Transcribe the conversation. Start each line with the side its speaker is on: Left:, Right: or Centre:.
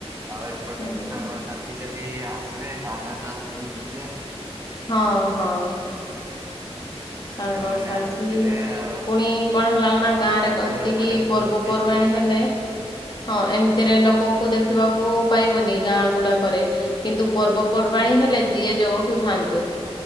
Right: ଆଉ ଏପଟେ
Left: ହୁଁ
Right: ତ ସାଙ୍ଗ ସାଥି ଯଦି ଆସିବେ ତାହେଲେ ତ <unintelligible> ମୁଁ ଯିବେ।
Left: ହଁ ହଁ। ସାଙ୍ଗସାଥି
Right: ସେମାନେ ଆସିଥିବେ
Left: ପୁଣି
Right: ଆଉ।
Left: କଣ ହେଲା
Right: ହଁ
Left: ନା ଗାଁ
Right: ଚାଲ
Left: ରେ କହନ୍ତି
Right: ଏପଟେ
Left: କି
Right: ବୁଲତେ
Left: ପର୍ବ ପର୍ବାଣୀ
Right: ଯିବା ଚାଲ।
Left: ହେଲେ ହଁ ଏମିତିରେ ଲୋକଙ୍କୁ ଦେଖିବାକୁ ପାଇବନି ଗାଁ ଗୁଡାକରେ କିନ୍ତୁ ପର୍ବ ପର୍ବାଣି ହେଲେ
Right: ହଁ
Left: ଯିଏ ଯୋଉଠୁ ଥାଆନ୍ତୁ